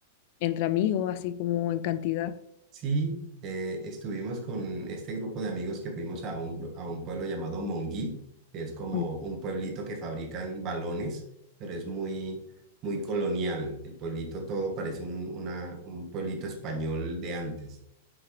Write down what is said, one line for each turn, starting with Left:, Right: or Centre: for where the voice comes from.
Left: entre amigos, así como en cantidad.
Right: Sí, eh, estuvimos con este grupo de amigos que fuimos a un, gru- a un pueblo llamado Monguí, que es como
Left: Mm.
Right: un pueblito que fabrican balones, pero es muy, muy colonial. El pueblito todo parece un, una- un pueblito español de antes.